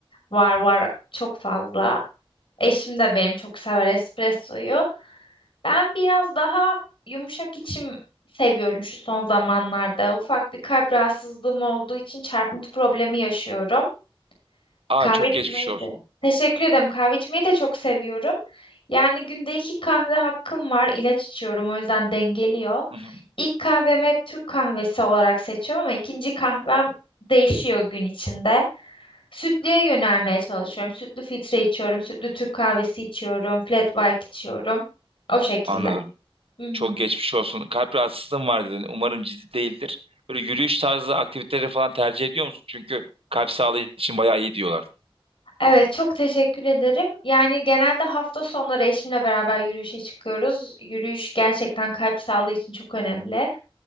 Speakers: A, on the left; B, on the right.
A: Var var çok fazla. Eşim de benim çok sever espressoyu. Ben biraz daha yumuşak içim seviyorum şu son zamanlarda. Ufak bir kalp rahatsızlığım olduğu için çarpıntı problemi yaşıyorum.
B: Aa
A: Kahve
B: çok
A: içmeyi
B: geçmiş olsun.
A: de. Teşekkür ederim. Kahve içmeyi de çok seviyorum. Yani günde iki kahve hakkım var. İlaç içiyorum o yüzden dengeliyor.
B: Hı hı.
A: İlk kahvemi hep Türk kahvesi olarak seçiyorum ama ikinci kahvem değişiyor gün içinde. Sütlüye yönelmeye çalışıyorum. Sütlü filtre içiyorum, sütlü Türk kahvesi içiyorum, flat white içiyorum. O şekilde.
B: Anladım.
A: Hı hı.
B: Çok geçmiş olsun. Kalp rahatsızlığın var dedin. Umarım ciddi değildir. Böyle yürüyüş tarzı aktiviteleri falan tercih ediyor musun? Çünkü kalp sağlığı için bayağı iyi diyorlar.
A: Evet, çok teşekkür ederim. Yani genelde hafta sonları eşimle beraber yürüyüşe çıkıyoruz. Yürüyüş gerçekten kalp sağlığı için çok önemli.